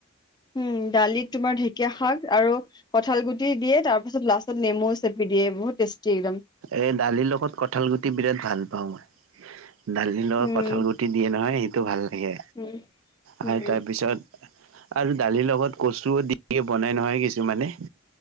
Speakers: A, on the left (about 20°); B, on the right (about 85°).
A: উম দালিত তোমাৰ ধে ধেকীয়া শাক আৰু কঁঠাল গুটি দিয়ে তাৰপিছত লাষ্টত নেমু চেপি দিয়ে বহুত টেষ্টি একদম
B: এই দালিৰ লগত কঠাল গুটি বিৰাট ভাল পাওঁ মই দালি লগত
A: উম
B: কঠল গুটি দিয়ে নহয় সেইটো ভাল লাগে
A: উম
B: আৰু
A: উম
B: তাৰপিছত আৰু দালিৰ লগত কচুও দিে বনাই নহয় কিছুমানে